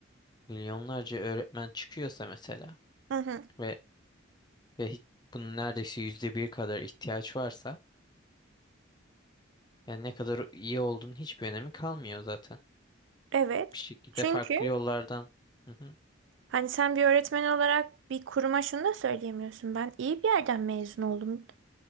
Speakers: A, on the left (about 20°); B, on the right (about 65°).
A: milyonlarca öğretmen çıkıyorsa mesela
B: hı hı.
A: ve ve hiç, bunun neredeyse yüzde bir kadar ihtiyaç varsa yani ne kadar iyi olduğunun hiçbir önemi kalmıyor zaten.
B: Evet.
A: Bir şekilde
B: Çünkü
A: farklı yollardan. Hı hı,
B: Hani sen bir öğretmen olarak bir kuruma şunu da söyleyemiyorsun. Ben iyi bir yerden mezun oldum.